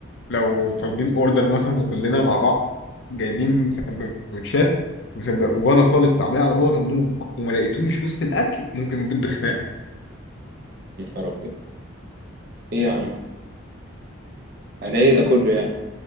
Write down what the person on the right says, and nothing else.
يا نهار أبيض. ايه يا عم على ايه ده كله يعني